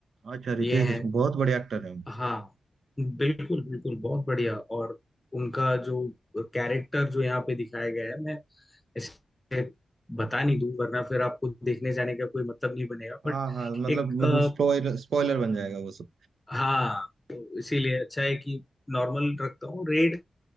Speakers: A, on the right; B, on the left.
A: अच्छा रितेश
B: ये हैं
A: देशमुख बहुत बड़े एक्टर हैं
B: हाँ बिल्कुल बिल्कुल बहुत बढ़िया और उनका जो कैरेक्टर जो यहाँ पे दिखाया गया है मैं इसे बता नहीं दूं वरना फिर आपको देखने जाने का कोई मतलब नहीं बनेगा
A: हाँ
B: बट
A: हाँ मतलब
B: एक
A: मतलब
B: आ,
A: स्पॉइलर स्पॉइलर बन जाएगा वो सब
B: हाँ तो इसीलिए अच्छा है कि नॉर्मल रखता हूँ रेड